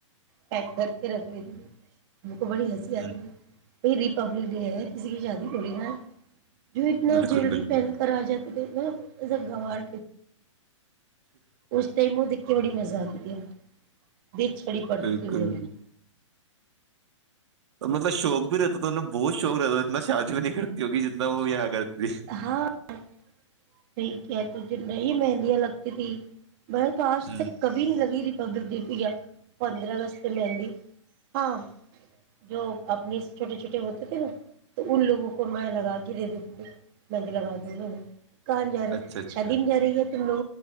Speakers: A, on the right; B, on the right.
A: پیک کر کے رکھ لی تے م کو بڑی ہنسی آتیی
B: ہ
A: ہوئی پہ پبلک کسی کی شادی تھوڑی نہ جو اتنا
B: بالکل
A: جیلری
B: بالکل
A: پہن کر آ جاتا مطب ا ا گوار اس ٹائم وہ دیکھ کے بڑی مزہ آتی <inaudible> د چھڑی پڑتی
B: بالکل
A: تھیم لوگوں کو
B: مطلب شوق بھی رہتا تھا انیں بہت شوق رہتا اتنا شادی بھی نہیں کرتی ہوگی جتنا وہ یہاں کرتی تھی
A: ہاں ٹھ ہے ت میں یہی مہندیاں لگتی تھی میں تو آج
B: ہ
A: تک کبھی نہیں لگی رہی پبلک دی پیا پندرہ اگست میں مہی ہاں جو اپنے چھوٹے چھوٹے ہوتے تھے نا تو ان لوگوں کو میں لگا کے دے دیتے تھی مہند لگا دو میں کہاں ج رہا
B: اچھا
A: ہے
B: اچھا
A: شادی نہیں جا رہی ہے چلو